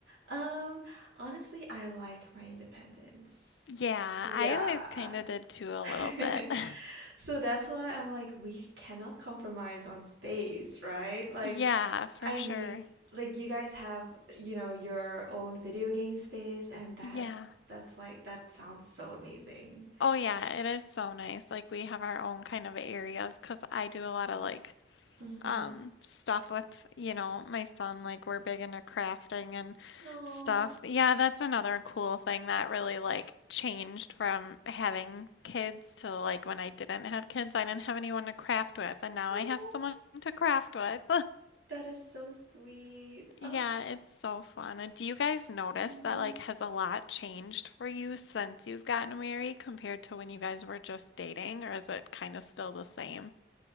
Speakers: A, on the right; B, on the left.
A: Um, honestly, I like my independence.
B: Yeah,
A: Yeah.
B: I always kind of did too a
A: <laughs>
B: little bit. <laughs>
A: So that's why I'm like, we cannot compromise on space, right? Like,
B: Yeah, for
A: I
B: sure.
A: need like you guys have, you know, your own video game space and that
B: Yeah.
A: Yeah. that's like that sounds so amazing.
B: Oh, yeah, it is so nice. Like we have our own kind of areas because I do a lot of like
A: Mm-hmm.
B: um stuff with you know my son like we're big into crafting and
A: No.
B: stuff yeah that's another cool thing that really like changed from having kids to like when I didn't have kids I didn't have anyone to craft with and now
A: Oh,
B: I have someone to craft with
A: that is so sweet.
B: <laughs>
A: Ah,
B: yeah it's so fun and do you guys notice
A: mhm.
B: that like has a lot changed for you since you've gotten married compared to when you guys were just dating or is it kind of still the same